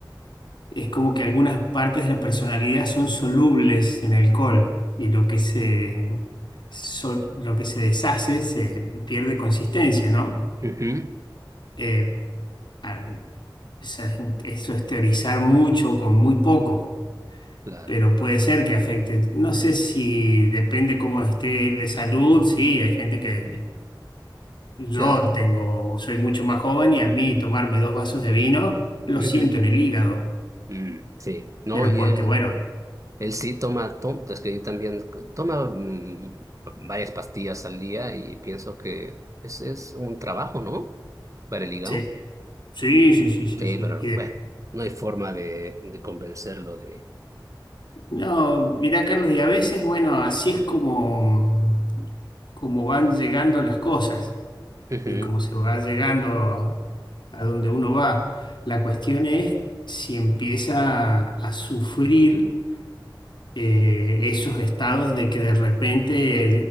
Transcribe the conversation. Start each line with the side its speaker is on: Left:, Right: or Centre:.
Left: es como que algunas partes de la personalidad son solubles en alcohol y lo que se, sol- lo que se deshace se pierde consistencia, ¿no?
Right: Ujú,
Left: Eh, ah, esa es un- eso es teorizar mucho con muy poco,
Right: Claro,
Left: pero puede ser que afecte. No sé si depende cómo esté de salud, sí, hay gente que yo
Right: claro.
Left: tengo, soy mucho más joven y a mí tomarme dos vasos de vino lo
Right: ujú,
Left: siento en el hígado,
Right: mm, sí, no,
Left: pero
Right: y
Left: porque
Right: él,
Left: bueno.
Right: él sí toma, to- es que yo también toma mm, varias pastillas al día y pienso que ese es un trabajo, ¿no? Para el hígado.
Left: sí. Sí, sí, sí, sí,
Right: Sí,
Left: sí.
Right: pero bueno, no hay forma de, de convencerlo de...
Left: No, mirá, Carlos, y a veces, bueno, así es como, como van llegando las cosas
Right: ujú,
Left: y como se va llegando a, a donde uno va. La cuestión es si empieza a, a sufrir eh, esos estados de que de repente